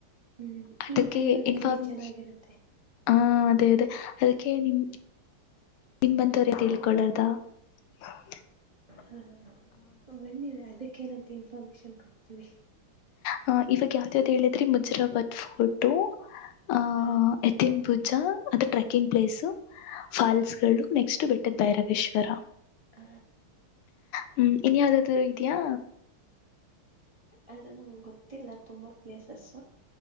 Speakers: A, on the right; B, on the left.
A: ಹ್ಮ್
B: ಅದಕ್ಕೆ
A: ಈ ಟೈಮಲ್ಲಿ
B: ಇನ್ಫಾರ್ಮ್
A: ಬನ್ನಿ ಚೆನ್ನಾಗಿರುತ್ತೆ
B: ಆ ಅದೇ ಅದೇ ಅದಕ್ಕೆ ನಿಮ ನಿಮ್ಮಂತವ್ರ ತಿಳ್ಕೊಳ್ಳದಾ ಹ <inaudible>
A: ಹಾ ಬನ್ನಿ ಅದಕ್ಕೆನಂತ ಇನ್ಫಾರ್ಮೇಶನ್ ಕೊಡ್ತೀವಿ
B: ಹ ಇವಾಗ ಯಾವ್ದಾವ್ದ್ ಹೇಳಿದ್ರಿ ಮುಜರಾಬಾದ್ ಫೋರ್ಟ ಆ
A: ಹಾ
B: ಎತ್ತಿನ ಪೂಜಾ ಅದ ಟ್ರೆಕ್ಕಿಂಗ್ ಪ್ಲೇಸ್ ಫಾಲ್ಸ್ ಗಳು ನೆಕ್ಸ್ಟ್ ಬೆಟ್ಟದ ಭೈರವೇಶ್ವರ
A: ಹ
B: ಹ್ಮ್ ಇನ್ನ ಯಾವದಾದರೂ ಇದಿಯಾ
A: ಆದ್ರೆ ನಮ್ಗ ಗೊತ್ತಿಲ್ಲ ತುಂಬಾ ಪ್ಲೇಸಸ್